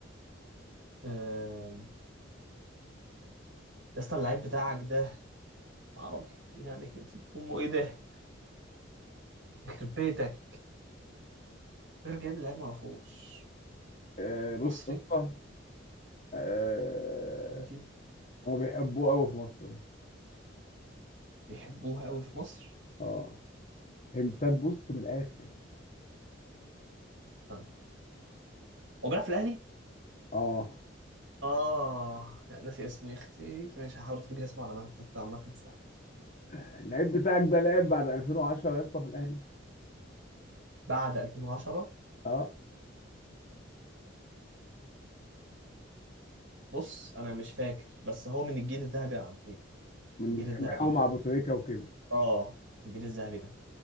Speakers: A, on the right (about 70°); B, on the left (about 40°).
A: آم، يا اسطى اللعيب بتاعك ده عربي يعني <laughs> نسيت امه ايه ده يخرب بيتك غير جايب لعيب معرفوش
B: آه، بص
A: مصري
B: يا اسطى آه،
A: ودي
B: هما بيحبوه قوي في مصر
A: بيحبوها قوي في مصر
B: اه هنتات بص من الاخر
A: استنى هو بيلعب في الاهلي
B: اه
A: اه لا، ناسي اسمه يا اختي ماشي هحاول افتكر اسمه على ما على ما تنسى.
B: اللعيب بتاعك ده لعب بعد 2010 يا اسطى في الاهلي
A: بعد 2010
B: اه
A: بص انا مش فاكر بس هو من الجيل الذهبي يا عبدي
B: من
A: الجيل
B: اللي
A: الذهبي
B: كان بيلعبوا مع ابو تريكه وكده
A: اه الجيل الذهبي ده